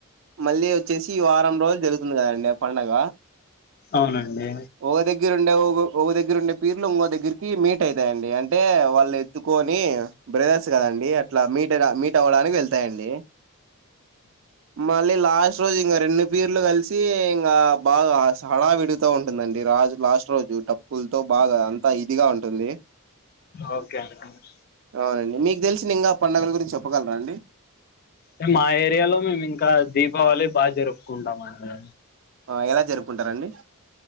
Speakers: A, on the right (about 60°); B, on the left (about 40°).
A: మళ్ళీ వచ్చేసి ఈ వారం రోలు జరుగుతుంది కదండి పండగ
B: అవునండి.
A: ఒ దగ్గర ఉండే ఒగ్ ఒ దగ్గర ఉండే పీర్లు ఇంగొ దగ్గరికి మీట్ అయితాయండి అంటే వాళ్ళు ఏత్తుకొని బ్రదర్స్ గదండి అట్ల మీట్ మీట్ అవ్వడానికి వెళ్తయండి. మళ్ళీ లాస్ట్ రోజు ఇంగ రెండు పీర్లు కలిసి ఇంగ బాగ స హడావిడితొ ఉం దండి రాజ్ లాస్ట్ రోజు డప్పుల్తో బాగ అంత ఇదిగా ఉంటుంది.
B: ఓకే <inaudible>
A: ఔనండి మీకు దెలిసిన ఇంగ పండగల గురించి చెప్పగలరా అండి.
B: అంటే మా ఏరియాలో మేమ్ ఇంకా దీపావళి బాజరుపుకుంటాం అండి.
A: ఆ ఎలా జరుపుకుంటరండి?